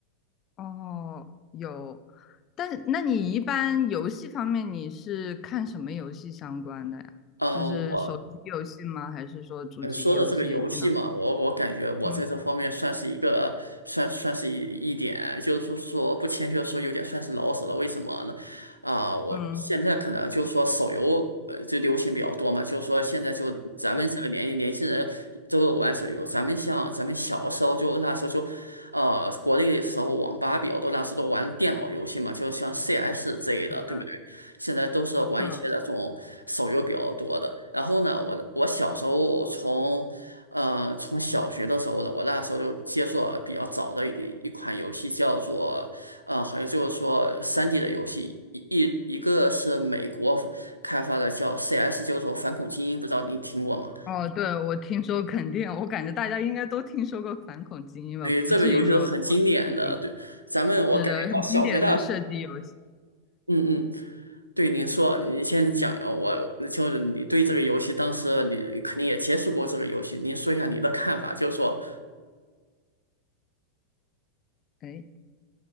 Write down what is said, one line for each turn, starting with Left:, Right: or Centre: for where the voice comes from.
Left: 哦，有，但是那你一般游戏方面你是看什么游戏相关的呀？
Right: 呃，
Left: 就是手机游戏吗？
Right: 我
Left: 还是说主机游戏、
Right: 呃，说到这个游戏嘛，
Left: 电脑？
Right: 我我感觉我在这方面算是一个算算是一一点，
Left: 嗯
Right: 就是说说不谦虚地说，有点算是老手了。为什么呢？啊、我现在可能就是说手游呃就流行比较多嘛，
Left: 嗯，
Right: 就是说现在就咱们这个年年轻人都有玩手游，
Left: 是
Right: 咱们像咱们小时候就那时候就。呃，国内的时候网吧比较多，那时候都玩电脑游戏嘛，就像 CS 之类的，
Left: 是的，
Right: 对不对？现在都是玩一些那种手游比较多的。
Left: 嗯，
Right: 然后呢，我我小时候从，呃，从小学的时候呢，我那时候就接触了比较早的一一款游戏，叫做，呃，好像就是说 3D 的游戏，一一一个是美国开发的，叫 CS，就是说反恐精英，不知道您听过吗？
Left: 哦，对，我听说肯定，我感觉大家应该都听说过反恐精英吧，
Right: 对，这个游戏是很经典的，
Left: 不至于说没听过
Right: 对，咱们我感觉到小学那。
Left: 是的，很经典的射击游戏。
Right: 嗯嗯，对，您说，您先讲，呃我就是你对这个游戏，当时你肯定也接触过这个游戏，您说一下你的看法，就是说，
Left: 哎，